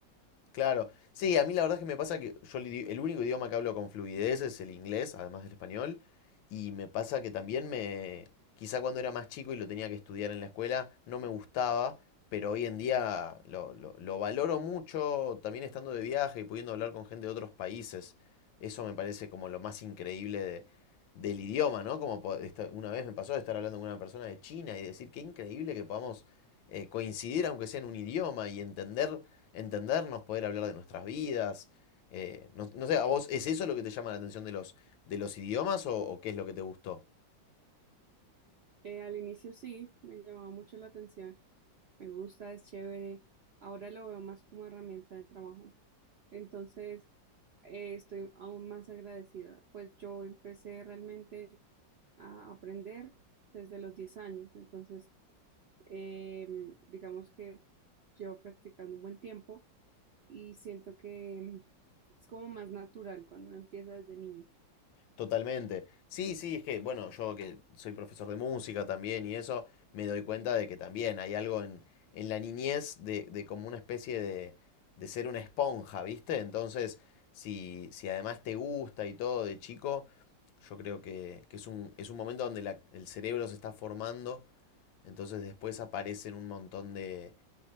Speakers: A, on the left; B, on the right.
A: Claro. Sí, a mí la verdad es que me pasa que yo el idi- el único idioma que hablo con fluidez es el inglés, además del español. Y me pasa que también me... Quizá cuando era más chico y lo tenía que estudiar en la escuela, no me gustaba, pero hoy en día lo, lo- lo valoro mucho, también estando de viaje y pudiendo hablar con gente de otros países. Eso me parece como lo más increíble de- del idioma, ¿no? Como po- esta- una vez me pasó de estar hablando con una persona de China y decir, qué increíble que podamos eh, coincidir aunque sea en un idioma y entender, entendernos, poder hablar de nuestras vidas. Eh, no, no sé, ¿a vos es eso lo que te llama la atención de los, de los idiomas o, o qué es lo que te gustó?
B: Eh, al inicio sí, me llamaba mucho la atención. Me gusta, es chévere. Ahora lo veo más como herramienta de trabajo. Entonces, eh, estoy aún más agradecida. Pues yo empecé realmente a aprender desde los 10 años. Entonces, em, digamos que llevo practicando un buen tiempo y siento que em, es como más natural cuando uno empieza desde niño.
A: Totalmente. Sí, sí, es que, bueno, yo que soy profesor de música también y eso, me doy cuenta de que también hay algo en, en la niñez de, de como una especie de, de ser una esponja, ¿viste? Entonces, si, si además te gusta y todo de chico, yo creo que, que es un, es un momento donde la- el cerebro se está formando, entonces después aparecen un montón de,